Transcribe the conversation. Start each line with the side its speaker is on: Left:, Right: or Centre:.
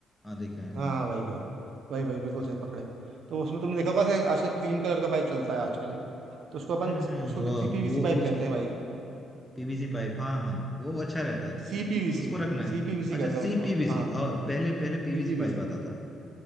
Centre: हाँ देखा है हमने
Right: हाँ हाँ वही वही वही वही बिल्कुल सही पकड़े तो उसमें तुमने देखा होगा ऐसे आजकल क्रीम कलर का पाइप चलता है आजकल एक तो उसको
Centre: हम्म
Right: अपन
Centre: हम्म
Right: उसको
Centre: वो
Right: सीपीवीसी
Centre: वो
Right: पाइप
Centre: उसको
Right: कहते हैं भाई
Centre: पीवीसी पाइप हाँ हाँ वो अच्छा रहता है
Right: सीपीवीसी
Centre: उसको रखना है
Right: सीपीवीसी
Centre: अच्छा
Right: कहते
Centre: सी
Right: हैं उसको
Centre: पीवीसी
Right: हाँ
Centre: पहले पहले पीवीसी
Right: सीपीवीसी
Centre: पाइप आता था